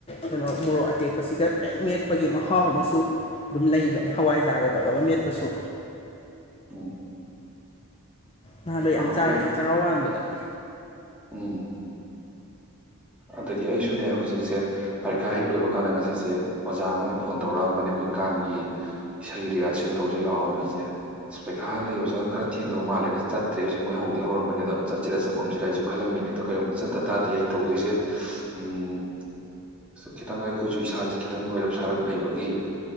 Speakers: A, on the left; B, in the centre.
A: ꯀꯩꯅꯣ ꯃꯣꯔꯣꯛ ꯑꯇꯦꯛꯄꯁꯤꯗ ꯄꯨ꯭ꯂꯦꯛ ꯃꯦꯠꯄꯒꯤ ꯃꯍꯥꯎ ꯑꯃꯁꯨ ꯑꯗꯨꯝ ꯂꯩꯕꯅꯦ ꯍꯋꯥꯏꯖꯥꯒ ꯇꯧꯔꯒ ꯃꯦꯠꯄꯁꯨ
B: ꯎꯝ
A: ꯅꯍꯥꯟꯋꯥ ꯌꯥꯝ
B: ꯍꯥꯎꯋꯦ
A: ꯆꯥꯔꯛꯑꯦ ꯆꯔꯥ ꯋꯥꯥꯟꯕꯗ
B: ꯎꯝ ꯑꯗꯒꯤ ꯑꯩꯁꯨꯅꯦ ꯍꯧꯖꯤꯛꯁꯦ ꯄꯔꯤꯈꯥ ꯍꯦꯛ ꯂꯣꯏꯕ ꯀꯥꯟꯗ ꯉꯁꯤꯁꯦ ꯑꯣꯖꯥ ꯑꯃꯅ ꯐꯣꯟ ꯇꯧꯔꯛꯑꯝꯕꯅꯦ ꯑꯩꯈꯣꯏ ꯀꯥꯡꯒꯤ ꯏꯁꯩ ꯔꯤꯍꯔꯁꯦꯜ ꯇꯧꯁꯤ ꯂꯥꯛꯑꯣꯅꯦ ꯑꯩꯁꯦ ꯑ ꯄꯩꯈꯥ ꯂꯩꯌ ꯑꯣꯖꯥ ꯈꯔ ꯊꯦꯡꯗꯧ ꯃꯥꯜꯂꯦꯒ ꯆꯠꯇ꯭ꯔꯦ ꯍꯧꯖꯤꯛ ꯃꯣꯏ ꯍꯧꯗꯤ ꯍꯧꯔꯝꯕꯅꯦꯗꯣ ꯆꯠꯁꯤꯔ ꯆꯠꯄ ꯀꯨꯝꯁꯤꯗ ꯑꯩꯁꯨ ꯈꯜꯂꯝꯃꯤꯅꯦ ꯑꯣ ꯀꯩꯒꯨꯝꯕ ꯆꯠꯇꯥꯗꯗꯤ ꯑꯩꯅ ꯇꯗꯣꯏꯁꯦ ꯎꯝ ꯈꯤꯇꯪ ꯑꯩꯈꯣꯏꯁꯨ ꯏꯁꯥꯁꯦ ꯈꯤꯇꯪ ꯅꯣꯏꯔꯞ ꯁꯥꯔꯞ ꯂꯩꯕꯒꯤ